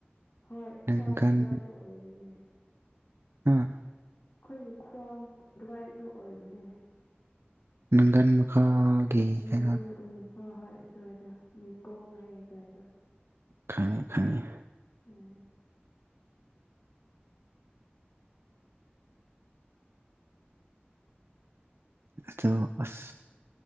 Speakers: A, on the left; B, on the right.
A: ꯍꯣꯏ
B: ꯅꯪꯒꯟ
A: ꯈ꯭ꯋꯥꯡ ꯑꯗꯨꯋꯥꯏꯗ ꯑꯣꯏꯔꯤꯕꯅꯦ
B: ꯑꯥ
A: ꯑꯩꯈꯣꯏꯒꯤ ꯈ꯭ꯋꯥꯡ ꯗꯨꯋꯥꯏꯗꯣ ꯑꯣꯏꯕꯅꯦ
B: ꯅꯪꯒꯟ ꯃꯈꯥꯒꯤ
A: ꯎꯝ
B: ꯀꯩꯅꯣꯗ
A: ꯎꯝ ꯎꯝ ꯍꯣꯏ ꯍꯣꯏ ꯑꯗꯨꯏꯗꯣ ꯅꯤꯡꯅꯤꯡꯒꯣ ꯍꯥꯏꯥꯏ ꯑꯗꯨꯋꯥꯏꯗꯣ
B: ꯈꯪꯉꯦ ꯈꯪꯉꯦ
A: ꯎꯝ
B: ꯆꯣ ꯑꯁ